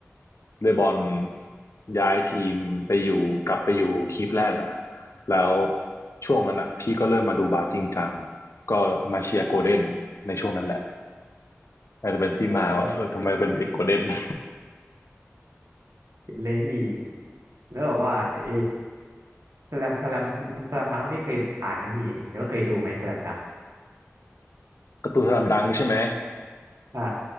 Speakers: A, on the left; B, on the right.
A: เลบอนย้ายทีมไปอยู่กลับไปอยู่คลิปแรกอะแล้วช่วงนั้นอะพี่ก็เริ่มมาดูบาสจริงจังก็มาเชียร์โกลเด้นในช่วงนั้นแหละอาจจะเป็นที่มาว่าเออทำไมเป็นเด็กโกลเด้น
B: โห
A: <laughs>
B: เห็นเลยพี่แล้วแบบว่าเออสแลมสแลมสแลมดังพี่เคยอ่านไหมพี่หรือว่าเคยดูไหมสแลมดัง
A: การ์ตูนสลัมดังใช่ไหม
B: ใช่